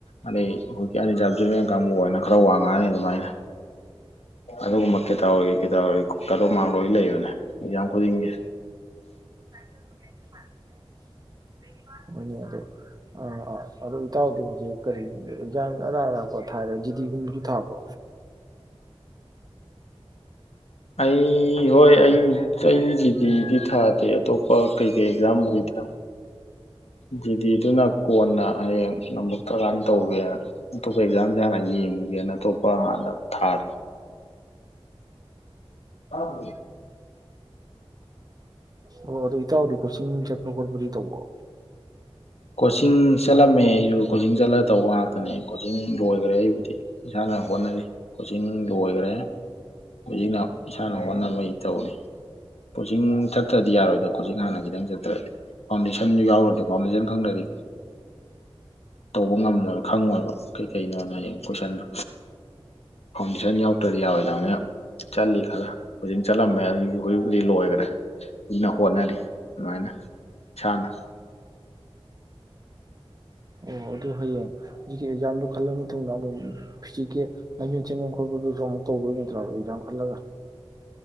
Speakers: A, on the left; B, on the right.
A: ꯑꯗꯩ ꯍꯧꯖꯤꯛ ꯑꯟꯔꯤꯖꯥꯕ ꯖꯨꯅꯤꯌꯔ ꯀꯥꯡꯕꯨ ꯑꯣꯏꯅ ꯈꯔ ꯋꯥꯡꯉꯥꯡꯅꯤ ꯑꯗꯨꯃꯥꯏꯅ ꯑꯗꯨꯒꯨꯝꯕ ꯀꯦꯇꯥꯒꯣꯔꯤ ꯀꯦꯇꯥꯒꯣꯔꯤ ꯀꯠ ꯑꯣꯞ ꯃꯥꯛ ꯂꯣꯐꯅ ꯂꯩꯕꯅꯦ ꯑꯦꯛꯖꯥꯝ ꯈꯨꯗꯤꯡꯒꯤ
B: <unintelligible> ꯃꯅꯦ ꯑꯗꯨ ꯑ ꯑ ꯑꯗꯨꯣ ꯏꯇꯥꯎꯗꯤ ꯍꯧꯖꯤꯛ ꯀꯔꯤ ꯌꯦꯟꯖꯥꯡ ꯑꯔꯥ ꯑꯔꯥꯄ ꯊꯥꯏꯔꯦ ꯖꯤꯗꯤꯤꯒꯨꯝꯕꯁꯨ ꯊꯥꯕꯣ
A: ꯑꯩ ꯍꯣꯏ ꯑꯩ ꯑꯩꯁꯤꯗꯤꯗꯤ ꯊꯥꯗꯦ ꯑꯇꯣꯞꯄ ꯀꯩꯀꯩ ꯑꯦꯛꯖꯥꯝꯕꯨꯗꯤ ꯊꯥ ꯗꯤꯗꯤꯗꯨꯅ ꯀꯣꯟꯅ ꯍꯌꯦꯡ ꯅꯝꯃꯛꯇ꯭ꯔꯀꯥꯟꯗ ꯇꯧꯒꯦ ꯑꯇꯣꯞꯄ ꯑꯦꯛꯖꯥꯝꯁꯦ ꯍꯥꯟꯅ ꯌꯦꯡꯒꯦꯅ ꯑꯇꯣꯞꯄ ꯍꯥꯟꯅ ꯊꯥꯔꯦ ꯀꯔ
B: ꯑꯣ ꯑꯗꯨꯗꯣ ꯏꯇꯥꯎꯗꯤ ꯀꯣꯆꯤꯡ ꯆꯠꯄ ꯈꯣꯠꯄꯗꯤ ꯇꯧꯕ
A: ꯀꯣꯆꯤꯡ ꯆꯠꯂꯝꯃꯦ ꯑꯩꯁꯨ ꯀꯣꯆꯤꯡ ꯆꯠꯂꯒ ꯇꯧꯕ ꯉꯥꯛꯇꯅꯦ ꯀꯣꯆꯤꯡ ꯂꯣꯏꯈ꯭ꯔꯦ ꯑꯩꯕꯨꯗꯤ ꯏꯁꯥꯅ ꯍꯣꯠꯅꯔꯤ ꯀꯣꯆꯤꯡ ꯂꯣꯏꯈ꯭ꯔꯦ ꯍꯧꯖꯤꯛꯅ ꯏꯁꯥꯅ ꯍꯣꯠꯅꯕꯩ ꯇꯧꯔꯤ ꯀꯣꯆꯤꯡ ꯆꯠꯇ꯭ꯔꯗꯤ ꯌꯥꯔꯣꯏꯗ ꯀꯣꯆꯤꯡ ꯍꯥꯟꯅ ꯈꯤꯇꯪ ꯆꯠꯇ꯭ꯔꯗꯤ ꯐꯥꯎꯟꯗꯦꯁꯟ ꯌꯥꯎꯔꯗꯤ ꯐꯥꯎꯟꯗꯦꯁꯟ ꯈꯪꯗ꯭ꯔꯗꯤ ꯇꯧꯕ ꯉꯝꯃꯣꯏ ꯈꯪꯉꯣꯏꯕ ꯀꯩꯀꯩꯅꯣꯅ ꯍꯌꯦꯡ ꯀꯣꯏꯁꯟꯗꯣ ꯐꯥꯎꯟꯗꯦꯁꯟ ꯌꯥꯎꯗ꯭ꯔꯗꯤ ꯌꯥꯔꯣꯏꯗꯕꯅꯤꯅ ꯆꯠꯂꯤ ꯈꯔ ꯀꯣꯆꯤꯡ ꯆꯠꯂꯝꯃꯦ ꯑꯗꯨꯒꯤ ꯍꯧꯖꯤꯛ ꯍꯧꯖꯤꯛ ꯂꯣꯏꯈꯔꯦ ꯀꯅ ꯍꯣꯠꯅꯔꯤ ꯑꯗꯨꯃꯥꯏꯅ ꯏꯁꯥꯅ
B: ꯑꯣ ꯑꯗꯨ ꯍꯌꯦꯡ ꯍꯧꯖꯤꯛꯀꯤ ꯑꯦꯛꯖꯥꯝꯗꯨꯣ ꯈꯜꯂ ꯃꯇꯨꯡꯗ ꯑꯃꯨꯛ ꯐꯤꯖꯤꯛꯀꯤꯦ ꯂꯝꯥꯏꯃꯤꯣꯟ ꯆꯦꯟꯐꯝ ꯈꯣꯠꯄꯗꯨꯁꯨ ꯑꯃꯨꯛ ꯇꯧꯕꯗꯣꯏ ꯅꯠꯇ꯭ꯔꯥ ꯑꯦꯛꯖꯥꯝ ꯈꯜꯂꯒ